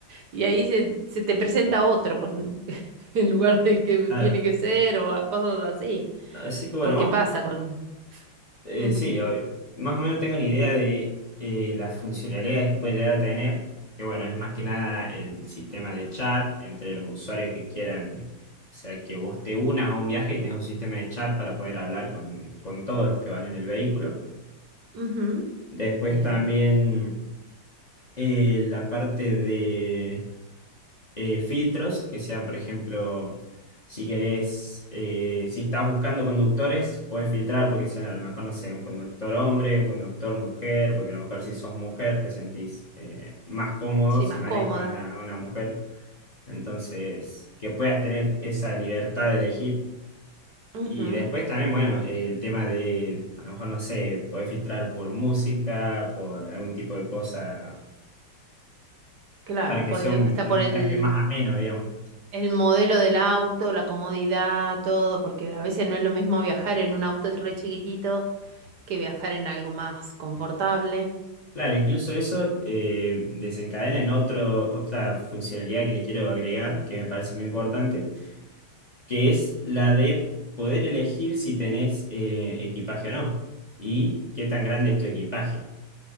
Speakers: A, on the right (about 60°); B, on the left (about 25°).
A: Y ahí se, se te presenta otro con <laughs> en lugar del que
B: Claro.
A: tiene que ser o a- cosas así.
B: Así que bueno,
A: Porque
B: más
A: pasa
B: o menos-
A: con...
B: eh,
A: Ujú,
B: sí, obvio. Más o menos tengo una idea de eh, las funcionalidades que puede llegar a tener, que bueno, es más que nada el sistema de chat entre los usuarios que quieran. O sea, que vos te unas a un viaje y tengas un sistema de chat para poder hablar con, con todos los que van en el vehículo.
A: ujú,
B: Después
A: Bien.
B: también eh, la parte de eh, filtros, que sean, por ejemplo, si querés, eh, si estás buscando conductores, puedes filtrar porque sean a lo mejor, no sé, un conductor hombre, un conductor mujer, porque a lo mejor si sos mujer te sentís eh, más cómodo
A: Sí,
B: si
A: más
B: manejas
A: cómoda.
B: a una, a una mujer. Entonces, que puedas tener esa libertad de elegir.
A: Ujú,
B: Y después también, bueno, el tema de, a lo mejor, no sé, podés filtrar por música, por algún tipo de cosa
A: Claro,
B: para que
A: por
B: sea
A: el-
B: un,
A: hasta
B: un
A: por el,
B: viaje más ameno, digamos.
A: el modelo del auto, la comodidad, todo, porque a veces no es lo mismo viajar en un auto re chiquitito que viajar en algo más confortable.
B: Claro, incluso eso eh, desencadena en otro, otra funcionalidad que le quiero agregar, que me parece muy importante, que es la de poder elegir si tenés eh, equipaje o no y qué tan grande es tu equipaje.